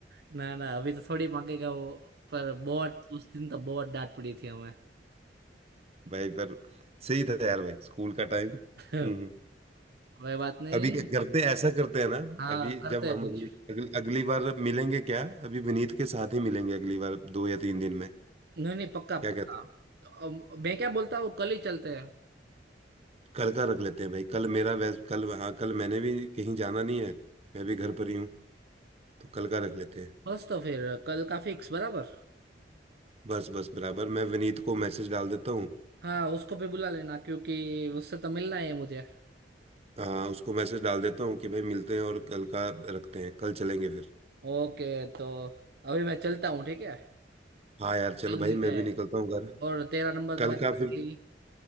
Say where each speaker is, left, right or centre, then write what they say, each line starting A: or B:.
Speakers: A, on the right; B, on the right.
A: ना ना अभी तो थोड़ी मांगेगा वो पर बहुत उस दिन तो बहुत डांट पड़ी थी हमें
B: भाई पर सही था यार भाई स्कूल का टाइम हम्म
A: <laughs>
B: हम्म।
A: कोई बात नहीं
B: अभी क्या करते ऐसा करते हैं ना
A: हाँ
B: अभी
A: करते
B: जब
A: हैं
B: हम
A: कुछ
B: अगली, अगली, अगली बार मिलेंगे क्या अभी विनीत के साथ ही मिलेंगे अगली बार दो या तीन दिन में
A: नहीं नहीं पक्का पक्का
B: क्या कहते हैं
A: तो अब मैं क्या बोलता हूँ कल ही चलते हैं
B: कल का रख लेते हैं भाई कल मेरा वैस कल हाँ कल मैंने भी कहीं जाना नहीं है मैं भी घर पर ही हूँ तो कल का रख लेते हैं
A: बस तो फिर कल का फिक्स बराबर
B: बस बस बराबर मैं विनीत को मैसेज डाल देता हूँ
A: हाँ उसको भी बुला लेना क्योंकि उससे तो मिलना है मुझे
B: हाँ उसको मैसेज डाल देता हूँ कि भाई मिलते हैं और कल का रखते हैं कल चलेंगे फिर
A: ओके तो अभी मैं चलता हूँ ठीक है
B: हाँ यार चल
A: कल
B: भाई
A: मिलते
B: मैं
A: हैं
B: भी निकलता हूँ घर
A: और तेरा नंबर
B: कल
A: तो मेरे
B: का
A: पास
B: फिर
A: है ही